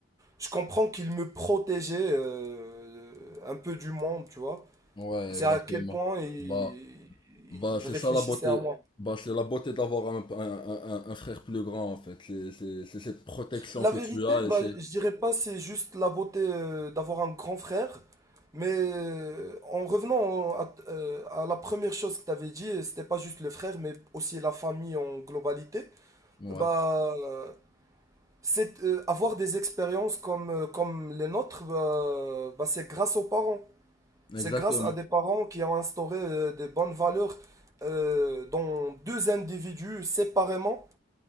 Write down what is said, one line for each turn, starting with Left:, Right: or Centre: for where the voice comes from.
Right: je comprends qu'il me protégeait euh, un peu du monde, tu vois.
Left: Ouais,
Right: C'est
Left: exactement.
Right: à quel point il,
Left: Bah, bah
Right: il
Left: c'est
Right: réfléchissait
Left: ça la beauté.
Right: à moi.
Left: Bah c'est la beauté d'avoir un, un, un- un- frère plus grand en fait. C'est, c'est, c'est cette protection
Right: La
Left: que
Right: vérité,
Left: tu as
Right: bah,
Left: et c'est.
Right: je dirais pas c'est juste la beauté euh, d'avoir un grand frère, mais euh, en revenant en- à, euh, à la première chose que tu avais dit, euh, c'était pas juste le frère, mais aussi la famille en globalité.
Left: Ouais,
Right: Bah, euh, c'est euh, avoir des expériences comme, euh, comme les nôtres, bah, bah, c'est grâce aux parents. C'est
Left: exactement.
Right: grâce à des parents qui ont instauré euh, des bonnes valeurs euh, dans deux individus séparément